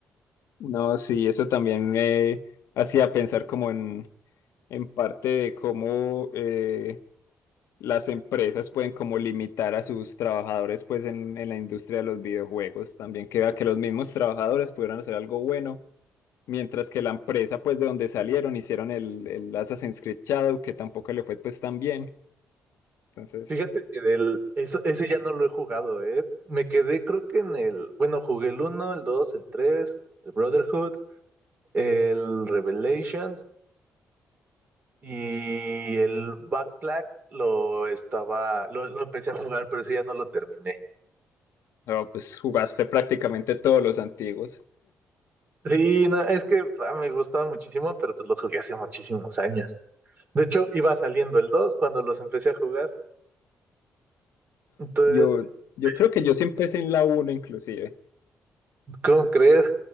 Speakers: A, on the left; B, on the right.
A: No, sí, eso también me hacía pensar como en en parte de cómo eh, las empresas pueden como limitar a sus trabajadores pues en, en la industria de los videojuegos. También que vea que los mismos trabajadores pudieran hacer algo bueno, mientras que la empresa pues de donde salieron hicieron el, el Assassin's Creed Shadow, que tampoco le fue pues tan bien. Entonces,
B: Fíjate que del, eso, ese ya no lo he jugado, ¿eh? Me quedé creo que en el, bueno, jugué el uno, el 2, el 3, el Brotherhood, el Revelations y el Back Flag lo estaba, lo, lo empecé a jugar, pero ese ya no lo terminé.
A: no, pues jugaste prácticamente todos los antiguos.
B: Sí, no, es que ah, me gustaba muchísimo, pero pues lo jugué hace muchísimos años. De hecho, iba saliendo el 2 cuando los empecé a jugar. Entonces,
A: Yo,
B: pues...
A: yo
B: pues,
A: creo que yo sí empecé en la uno inclusive,
B: ¿Cómo crees?